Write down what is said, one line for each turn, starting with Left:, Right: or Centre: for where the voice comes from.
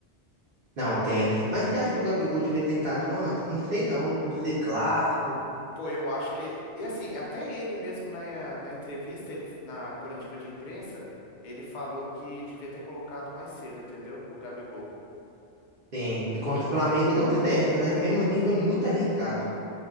Right: Não tem. Mas você acha que o Gabigol devia ter entrado antes? Não sei não, hein? Por ser clássico.
Left: Pô, eu acho que. E assim, até ele mesmo na, na entrevista, ele, na coletiva de imprensa, ele falou que devia ter colocado mais cedo, entendeu? O Gabigol.
Right: Sim. E Contra o Flamengo deu certo, né? Mesmo assim foi muito arriscado.